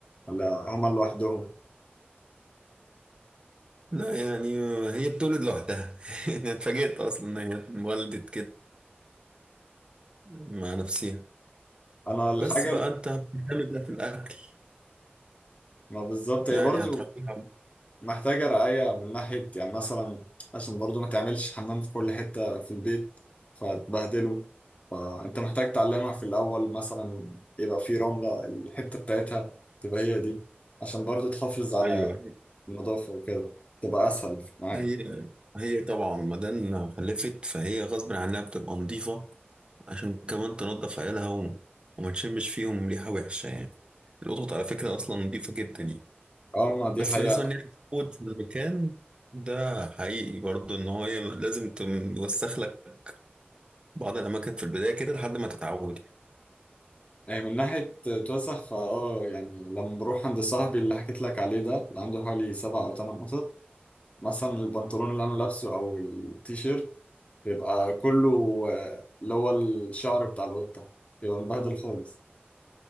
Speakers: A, on the left; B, on the right.
A: ولا هما لوحدهم
B: لا يعني هي بتولد لوحدها <laughs> أنا اتفاجئت أصلا إن هي اتولدت كده مع نفسها
A: انا الحاجه
B: بس بقى
A: ال-
B: انت هتعمل ده في الاكل
A: ما بالظبط هي
B: يعني
A: برضو
B: هتراعيها
A: محتاجة رعاية من ناحية يعني مثلا عشان برضو ما تعملش حمام في كل حتة في البيت فتبهدله فأنت محتاج تعلمها في الأول مثلا يبقى في رملة الحتة بتاعتها تبقى هي دي عشان برضو تحافظ على
B: ايوه
A: النظافة وكده تبقى أسهل معاك
B: هي هي طبعا مادام خلفت فهي غصب عنها بتبقى نظيفه عشان كمان تنظف عيالها و... وما تشمش فيهم ريحه وحشه يعني القطط على فكره اصلا نظيفه جدا يعني
A: اه ما دي
B: بس
A: حقيقة
B: بالنسبه ان هي تتعود في المكان ده حقيقي برضه ان هو لازم توسخ لك بعض الاماكن في البدايه كده لحد ما تتعود
A: يعني من ناحية توسخ فاه يعني لما بروح عند صاحبي اللي حكيت لك عليه ده اللي عنده حوالي سبع أو تمن قطط مثلا البنطلون اللي أنا لابسه أو التيشيرت بيبقى كله آه، اللي هو الشعر بتاع القطة بيبقى مبهدل خالص